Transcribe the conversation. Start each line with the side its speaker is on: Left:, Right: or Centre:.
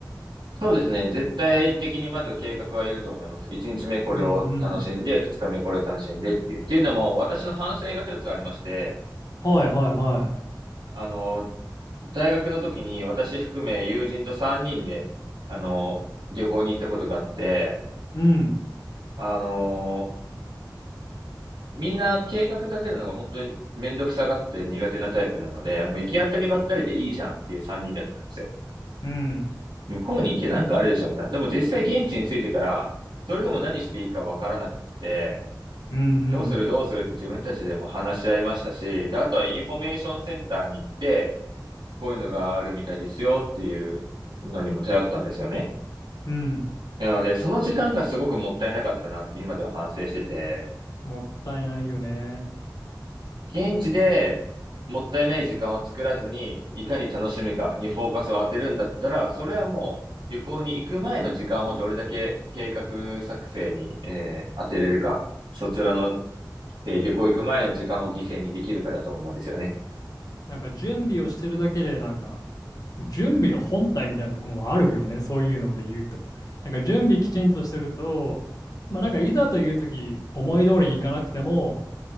Right: そうですね。絶対的にまず計画はいると思います。1日目これを楽しんで、
Left: うんうん。
Right: 2日目これを楽しんでっていう。っていうのも私の反省が一つありまして、
Left: はいはいはい。
Right: あの、大学の時に私含め友人と3人で、あの、旅行に行ったことがあって、
Left: うん、
Right: あの、みんな計画立てるのが本当にめんどくさがって苦手なタイプなので、もう行き当たりばったりでいいじゃんっていう3人だったんですよ。
Left: うん、
Right: 向こうに行けなんかあるでしょみたいな。でも実際現地に着いてから、それでも何していいかわからなくって、
Left: うん、う
Right: どうするどうするって自分たちでも話し合いましたし、
Left: ん、
Right: で、あとはインフォメーションセンターに行って、こういうのがあるみたいですよっていうのにも頼ったんですよね。
Left: うん。
Right: なので、その時間がすごくもったいなかったなって今では反省してて、
Left: もったいないよね。
Right: 現地でもったいない時間を作らずに、いかに楽しむかにフォーカスを当てるんだったら、それはもう旅行に行く前の時間をどれだけ計画作成に、えー当てれるか、そちらの、えー旅行行く前の時間を犠牲にできるかだと思うんですよね。
Left: なんか準備をしてるだけでなんか準備が本体みたいなとこもあるよね、そういうので言うと。なんか準備きちんとしてると、まあなんかいざという時思い通りにいかなくても、